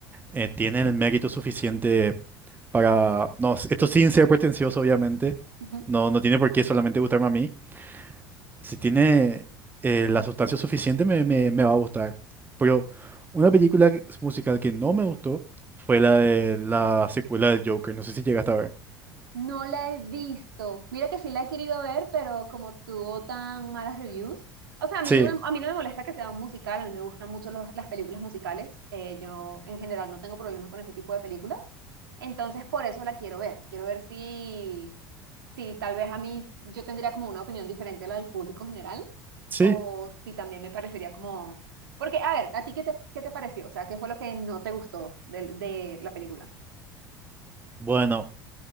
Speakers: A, on the right; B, on the right.
A: eh, tiene el mérito suficiente para... No, s- esto sin ser pretencioso, obviamente.
B: ujú.
A: No, no tiene por qué solamente gustarme a mí. Si tiene eh, la sustancia suficiente, me, me- me va a gustar. Pero una película que- musical que no me gustó fue la de la secuela del Joker. No sé si llegaste a ver.
B: No la he visto. Mira que sí la he querido ver, pero como tuvo tan malas reviews. O sea, a mí
A: Sí,
B: no me, a mí no me molesta que sea un musical, a mí me gustan mucho los- las películas musicales. Eh, yo en general no tengo problemas con ese tipo de películas. Entonces, por eso la quiero ver. Quiero ver si, si tal vez a mí yo tendría como una opinión diferente a la del público general
A: sí.
B: o si también me parecería como... Porque, a ver, ¿a ti qué te, qué te pareció? O sea, ¿qué fue lo que no te gustó de, de la película?
A: Bueno.